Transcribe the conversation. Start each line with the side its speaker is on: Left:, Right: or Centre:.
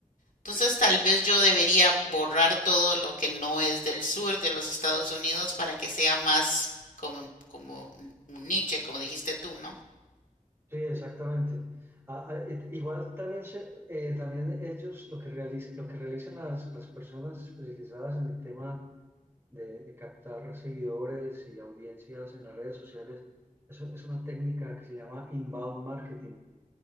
Left: Entonces tal vez yo debería borrar todo lo que no es del sur de los Estados Unidos para que sea más como, como un niche, como dijiste tú, ¿no?
Right: Sí, exactamente. Ah, ah, it- igual también, se, eh, también ellos lo que, realiz- lo que realizan las, las personas especializadas en el tema de, de captar seguidores y audiencias en las redes sociales eso es una técnica que se llama inbound marketing.